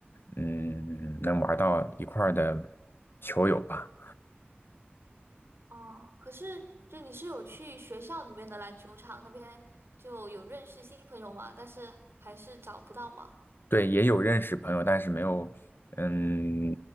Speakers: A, on the left; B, on the right.
A: 嗯，能玩到一块儿的球友吧。
B: 哦，可是就你是有去学校里面的篮球场那边就有认识新朋友吗？但是还是找不到嘛。
A: 对，也有认识朋友，但是没有，嗯，